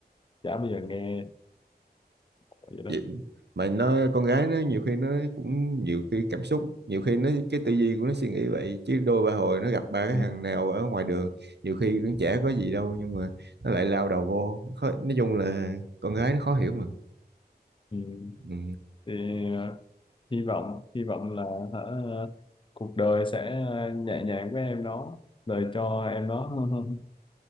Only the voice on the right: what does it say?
Vậy mà nó con gái nó nhiều khi nó cũng nhiều khi cảm xúc nhiều khi nó cái tư duy của nó suy nghĩ vậy chứ đôi ba hồi nó gặp ba cái
thằng nào ở ngoài đường nhiều khi cũng chả có gì đâu nhưng mà nó lại lao đầu vô khó, nói chung là con gái nó khó hiểu mà
ừ.